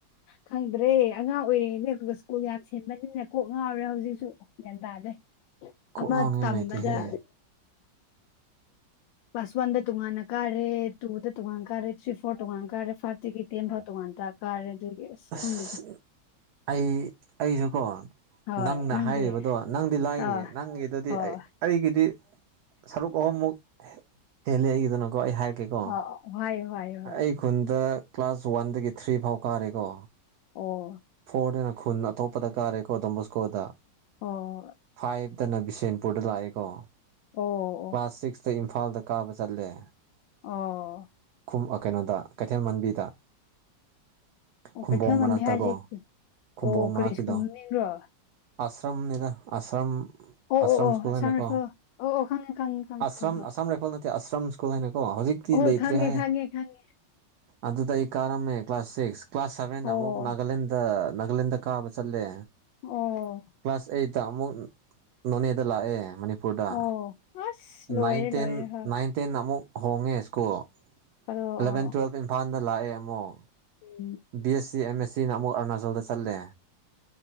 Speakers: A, on the left (about 90°); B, on the right (about 70°).
A: ꯈꯪꯗ꯭ꯔꯦ ꯑꯉꯥꯡ ꯑꯣꯏꯔꯤꯉꯅꯦ ꯁ ꯀꯣꯛ ꯌꯥꯝ ꯁꯦꯝꯕꯅꯤꯅ ꯀꯣꯛ ꯉꯥꯎꯔꯦ ꯍꯧꯖꯤꯛꯁꯨ ꯒ꯭ꯌꯥꯟ ꯇꯥꯗꯦ
B: ꯀꯣꯛ
A: ꯑꯃ
B: ꯉꯥꯎꯅꯤꯡꯉꯥꯏ
A: ꯇꯝꯕꯗ
B: ꯂꯩꯇꯦꯍꯦ
A: ꯀ꯭ꯂꯥꯁ ꯋꯥꯟꯗ ꯇꯣꯉꯥꯟꯅ ꯀꯥꯔꯦ ꯇꯨꯗ ꯇꯣꯉꯥꯟꯅ ꯀꯥꯔꯦ ꯊ꯭ꯔꯤ ꯐꯣꯔ ꯇꯣꯉꯥꯟꯅ ꯀꯥꯔꯦ ꯐꯥꯏꯚꯇꯒꯤ ꯇꯦꯟ ꯐꯥꯎ ꯇꯣꯉꯥꯟ ꯇ ꯀꯥꯔꯦ ꯑꯁ ꯑꯗꯨꯒꯤ
B: ꯑꯁ
A: ꯈꯪꯗꯦꯗ
B: ꯑꯩ ꯑꯩꯖꯨꯀꯣ
A: ꯍꯣꯏ
B: ꯅꯪꯅ
A: ꯅꯪꯗꯤ
B: ꯍꯥꯏꯔꯤꯕꯗꯣ ꯅꯪꯗꯤ ꯂꯥꯏꯔꯤꯌꯦ
A: ꯑꯥ
B: ꯅꯪꯒꯤꯗꯨꯗꯤ
A: ꯑꯣ
B: ꯑꯩ ꯑꯩꯒꯤꯗꯤ ꯁꯔꯨꯛ ꯑꯍꯨꯝ ꯃꯨꯛ ꯍꯦꯜꯂꯦ ꯑꯩꯒꯤꯗꯅꯀꯣ ꯑꯩ ꯍꯥꯏ ꯒꯦꯀꯣ
A: ꯑꯣ ꯍꯥꯏꯌꯣ ꯍꯥꯏꯌꯣ ꯍꯣꯏ
B: ꯑꯩ ꯈꯨꯟꯗ ꯀ꯭ꯂꯥꯁ ꯋꯥꯟꯗꯒꯤ ꯊ꯭ꯔꯤ ꯐꯥꯎ ꯀꯥꯔꯦꯀꯣ
A: ꯑꯣ
B: ꯐꯣꯔꯗꯅ ꯈꯨꯟ ꯑꯇꯣꯞꯄꯗ ꯀꯥꯔꯦꯀꯣ ꯗꯣꯟꯕꯣꯁꯀꯣꯗ
A: ꯑꯣ ꯑꯣ
B: ꯐꯥꯏꯚ ꯇꯅ ꯕꯤꯁꯦꯟꯄꯨꯔꯗ ꯂꯥꯛꯑꯦꯀꯣ
A: ꯑꯣ ꯑꯣ
B: ꯀ꯭ꯂꯥꯁ ꯁꯤꯛꯁꯇ ꯏꯝꯐꯥꯜꯗ ꯀꯥꯕ ꯆꯠꯂꯦ
A: ꯑꯣ
B: ꯐ ꯀꯩꯅꯣꯗ ꯀꯩꯊꯦꯜ ꯃꯥꯟꯕꯤꯗ
A: ꯑꯣ
B: ꯈꯨꯝꯕꯣꯡ
A: ꯀꯩꯊꯦꯜ
B: ꯃꯅꯥꯛꯇꯀꯣ
A: ꯃꯥꯟꯕꯤ ꯍꯥꯏꯁꯦ
B: ꯈꯨꯝꯕꯣꯡ
A: ꯑꯣ
B: ꯃꯅꯥꯛꯀꯤꯗꯣ
A: ꯀꯔꯤ ꯁ꯭ꯀꯨꯜ ꯃꯃꯤꯡꯔꯣ
B: ꯑꯁ꯭ꯔꯝꯅꯤꯗ ꯑꯁ꯭ꯔꯝ
A: ꯑꯣ
B: ꯑꯁ꯭ꯔꯝ
A: ꯑꯣ ꯑꯣ
B: ꯁ꯭ꯀꯨꯜ
A: ꯑꯁꯥꯝ
B: ꯍꯥꯏꯅꯀꯣ
A: ꯔꯥꯏꯐꯜ ꯑꯣ ꯑꯣ ꯈꯪꯉꯦ ꯈꯪꯉꯦ ꯈꯪꯉꯦ
B: ꯑꯁ꯭ꯔꯝ
A: ꯍꯣꯏ
B: ꯑꯁꯥꯝ ꯔꯥꯏꯐꯜ ꯅꯠꯇꯦ ꯑꯁ꯭ꯔꯝ ꯁ꯭ꯀꯨꯜ ꯍꯥꯏꯅꯀꯣ ꯑꯣ ꯍꯧꯖꯤꯛꯇꯤ
A: ꯍꯣꯏ
B: ꯂꯩꯇ꯭ꯔꯦ
A: ꯍꯣꯏ ꯍꯣꯏ ꯈꯪꯉꯦ
B: ꯍꯥꯏ
A: ꯈꯪꯉꯦ ꯈꯪꯉꯦ
B: ꯑꯗꯨꯗ ꯀꯥꯔꯝꯃꯦ ꯀ꯭ꯂꯥꯁ ꯁꯤꯛꯁ ꯀ꯭ꯂꯥꯁ ꯁꯚꯦꯟ
A: ꯑꯣ
B: ꯑꯃꯨꯛ ꯅꯥꯒꯥꯂꯦꯟꯗ ꯅꯥꯒꯥꯂꯦꯟꯗ ꯀꯥꯕ ꯆꯠꯂꯦ
A: ꯑꯣ
B: ꯀ꯭ꯂꯥꯁ ꯑꯩꯠꯇ ꯑꯃꯨꯛ ꯅꯣꯅꯦꯗ ꯂꯥꯛꯑꯦ ꯨꯗ
A: ꯑꯣ ꯑꯁ ꯂꯣꯏꯔꯦ
B: ꯅꯥꯏꯟꯇꯦꯟ
A: ꯂꯣꯏꯔꯦ ꯍꯣꯏ
B: ꯅꯥꯏꯟꯇꯦꯟ ꯑꯃꯨꯛ ꯍꯣꯡꯉꯦ ꯁ꯭ꯀꯨꯜ
A: ꯑꯗꯣ
B: ꯑꯦꯂꯚꯦꯟ
A: ꯑꯣ
B: ꯇꯨꯋꯦꯜꯞ ꯏꯝꯐꯥꯜꯗ ꯂꯥꯛꯑꯦ ꯑꯃꯨꯛ
A: ꯎꯝ
B: ꯕꯤ ꯑꯦꯁ ꯁꯤ ꯑꯦꯝ ꯑꯦꯁ ꯁꯤꯅ ꯑꯃꯨꯛ ꯑꯔꯨꯅꯥꯆꯜꯗ ꯆꯠꯂꯦ